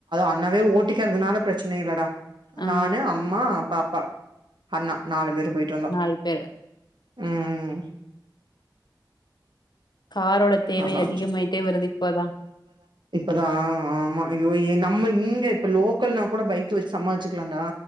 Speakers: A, on the right; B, on the left.
A: அண்ணாவே ஓட்டிக்கிறதுனால பிரச்சனே இல்லடா
B: ஆ
A: நானு அம்மா அப் பாப்பா அண்ணா நாலு பேரு போயிட்டு வந்தோ
B: நால் பேரு
A: ம்
B: காரோட தேவை
A: நல்லா
B: அதிகமாயிட்டே
A: இருந்துச்
B: வருது இப்போதான்.
A: இப்பதா ஆ ஆமா ஐயோ ஏ நம்ம இங்க இப்ப லோக்கல்னா கூட பைக் வெச்சு சமாளிச்சிக்லாண்டா